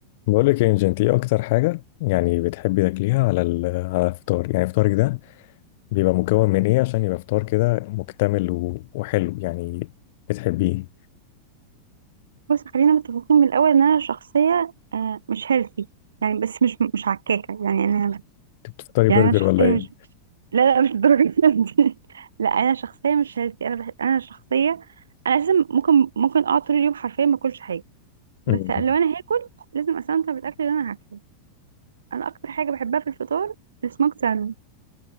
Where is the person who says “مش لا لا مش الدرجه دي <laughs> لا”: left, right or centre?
Right